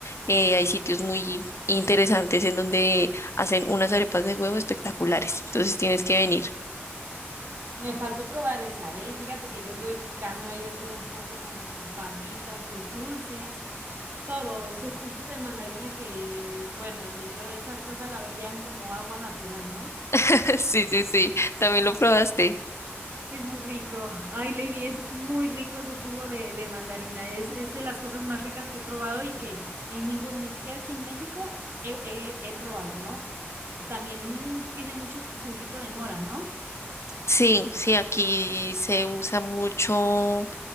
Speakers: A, on the left; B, on the right.
A: eh, hay sitios muy interesantes en donde hacen unas arepas de huevo espectaculares. Entonces tienes que venir.
B: me faltó probar esa, ¿eh? Y Fíjate que yo anduve picando ahí de todo un poco, tanto sus papitas, sus dulces, todo, su juguito de mandarina que, bueno, yo, yo esa cosa la vendían como agua natural, no
A: <laughs> Sí, sí, sí. También lo probaste.
B: Es muy rico. Ay, Lady, es muy rico su jugo de, de mandarina. Es, es de las cosas más ricas que he probado y que en ningún, ni siquiera aquí en México he, he- he probado, ¿no? También tiene mucho su juguito de mora, ¿no?
A: Sí, sí, aquí se usa mucho,